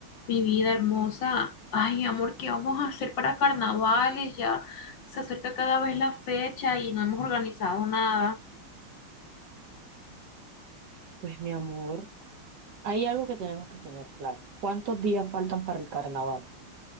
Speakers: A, on the left; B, on the right.
A: Mi vida hermosa, ay amor, ¿qué vamos a hacer para carnavales? Ya se acerca cada vez la fecha y no hemos organizado nada.
B: Pues mi amor, hay algo que tenemos que tener claro. ¿Cuántos días faltan para el carnaval?